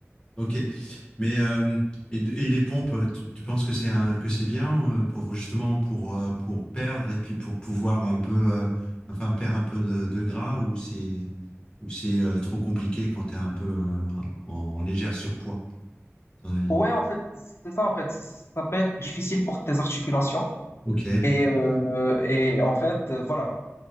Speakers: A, on the left; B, on the left.
A: Ok. Mais euh, et, et les pompes, tu, tu penses que c'est un, que c'est bien euh, pour justement pour euh, pour perdre et puis pour pouvoir un peu, euh, enfin perdre un peu de, de gras ou c'est ou c'est euh, trop compliqué quand t'es un peu euh, en, en légère surpoids, à ton avis?
B: Ouais, en fait, c'est ça, en fait. Ça peut être difficile pour tes articulations.
A: Ok.
B: Et, euh, et en fait, euh, voilà.